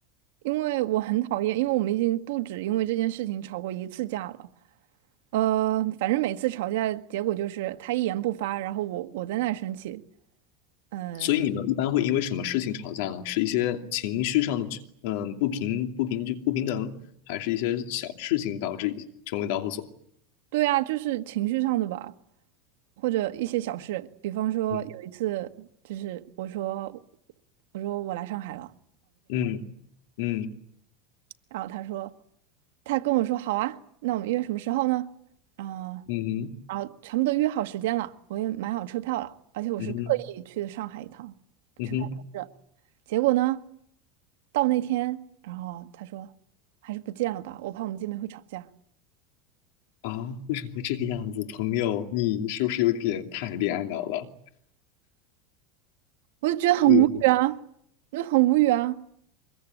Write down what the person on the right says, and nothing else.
因为我很讨厌，因为我们已经不止因为这件事情吵过一次架了。呃，反正每次吵架结果就是他一言不发，然后我我在那儿生气。嗯。
对啊，就是情绪上的吧，或者一些小事，比方说有一次，
就是我说我说我来上海了，
然后他说他跟我说好啊，那我们约什么时候呢？啊、
然后全部都约好时间了，我也买好车票了，而且我是特意去的上海一趟
去办公室，结果呢，到那天，然后他说还是不见了吧，我怕我们见面会吵架，
我就觉得很无语啊，
我就很无语啊。